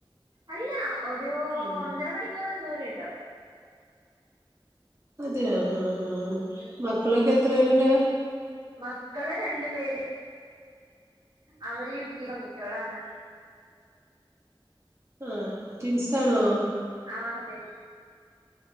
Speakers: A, on the right; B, on the right.
A: അല്ല ഒരു
B: ആ
A: ഒന്നര മണിക്കൂറ് ദൂരം ഉണ്ട്.
B: അതെയോ ആഹ് ആഹ്
A: ഉം.
B: മക്കളൊക്കെ എത്ര പേരുണ്ട്
A: മക്കള് രണ്ടു പേര് അവര് യു കി പെൺകുട്ടികളാണ്
B: ആഹ് ട്വിൻസാണോ
A: ആഹ് അതെ